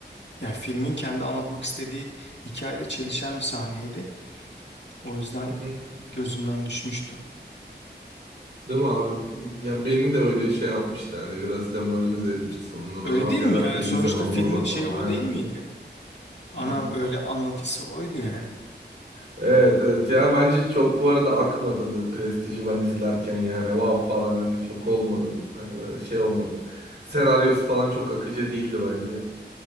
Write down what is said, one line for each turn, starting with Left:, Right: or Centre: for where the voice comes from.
Left: Yani filmin kendi anlatmak istediği hikayeyle çelişen bir sahneydi. O yüzden
Right: hı
Left: e,
Right: hı.
Left: gözümden düşmüştü.
Right: Değil mi abi? Ya beni de öyle şey yapmıştı hani biraz demoralize etmişti sonuna doğru.
Left: Öyle
Right: O
Left: değil
Right: kadar
Left: mi yani?
Right: da illüzyon
Left: Sonuçta
Right: olmaz
Left: filmin şeyi
Right: falan
Left: o
Right: aynen.
Left: değil miydi? Ana
Right: Hı.
Left: böyle anlatısı oydu yani.
Right: Evet evet yani bence çok bu arada akmadı da Prestige'i ben izlerken yani wow falan hani çok olmadım. Hani böyle şey olmadım. Senaryosu falan çok akıcı değildi bence.